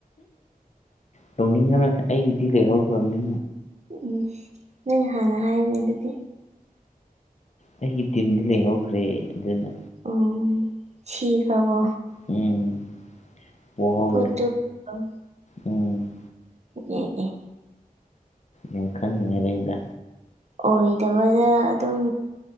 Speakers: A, on the left; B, on the right.
A: ꯇꯧꯅꯤꯡꯉ꯭ꯔ ꯑꯩꯒꯤꯗꯤ ꯂꯩꯍꯧꯈ꯭ꯔꯕꯅꯤ
B: ꯎꯝ ꯅꯣꯏ ꯍꯥꯟꯅ ꯍꯥꯏꯔꯒꯦ ꯑꯗꯨꯗꯤ
A: ꯑꯩꯒꯤ ꯇꯤꯝꯗꯤ ꯂꯩꯍꯧꯈ꯭ꯔꯦ ꯑꯗꯨꯅ
B: ꯑꯣ ꯁꯤꯈ꯭ꯔꯕꯣ
A: ꯎꯝ ꯄꯣꯍꯔꯦ
B: ꯄꯣꯔꯇꯨꯒꯜ
A: ꯎꯝ
B: ꯑꯣ ꯑꯣ
A: ꯌꯦꯈ ꯉꯔꯦꯗ
B: ꯑꯣꯏꯗꯕꯗ ꯑꯗꯨꯝ